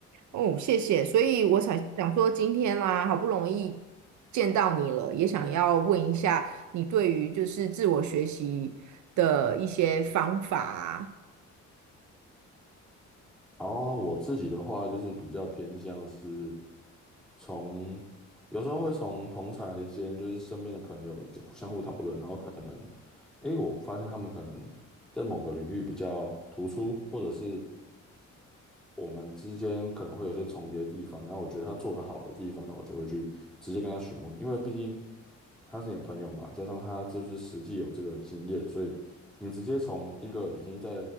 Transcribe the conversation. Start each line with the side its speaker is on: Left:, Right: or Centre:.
Right: 哦，谢谢。
Centre: 嗯
Right: 所以我才想说，今天啦、好不容易见到你了，也想要问一下你对于就是自我学习的一些方法啊。
Centre: 然后我自己的话就是比较偏向是从，有时候会从同才间，就是身边的朋友相互讨论，然后可能，诶，我发现他们可能在某个领域比较突出，或者是我们之间可能会有些重叠的地方，然后我觉得他做得好的地方，那我就会去直接跟他询问，因为毕竟他是你的朋友嘛，加上他就是实际有这个经验，所以你直接从一个已经在